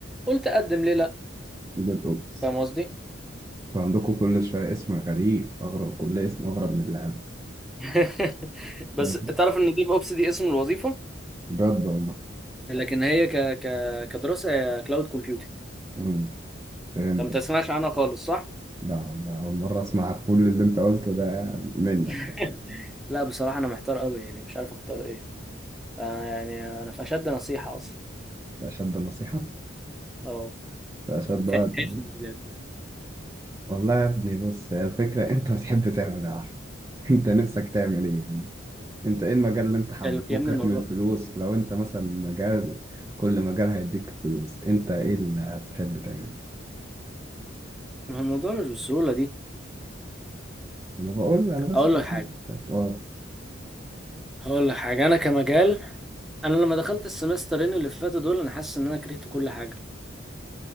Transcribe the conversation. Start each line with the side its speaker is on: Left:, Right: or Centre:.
Centre: قلت اقدم ليه لا
Right: ديت اوبس
Centre: فاهم قصدي
Right: انتوا عندكم كل شوية اسم غريب أغرب كل اسم أغرب من اللي عندي
Centre: <laughs> بس
Right: يعني
Centre: تعرف ان ديف اوبس دي اسم الوظيفه
Right: بجد والله
Centre: لكن هي ك ك كدراسه هي كلاود كومبيوتنج
Right: مم. فهمت
Centre: انت ما تسمعش عنها خالص صح
Right: لا والله أول مرة أسمع كل اللي أنت قلته ده منك
Centre: <laughs> لا بصراحه انا محتار قوي يعني مش عارف اختار ايه فأنا يعني انا في اشد نصيحه اصلا
Right: أشد نصيحة
Centre: اه
Right: أشد
Centre: تح-
Right: وعد.
Centre: تحس إن
Right: والله يا ابني بص هي الفكرة <laughs> أنت بتحب تعمل إيه عارف <laughs> أنت نفسك تعمل إيه يعني أنت إيه المجال اللي أنت حبوكك
Centre: ال- يا ابني الموضوع
Right: من الفلوس لو أنت مثلا مجال كل مجال هيديك فلوس أنت إيه اللي هتحب تعمله
Centre: الموضوع مش بالسهوله دي
Right: أنا بقول أنا مثلا
Centre: اقول لك حاجه
Right: آه
Centre: هقول لك حاجه انا كمجال انا لما دخلت السمسترين اللي فاتوا دول انا حاسس ان انا كرهت كل حاجه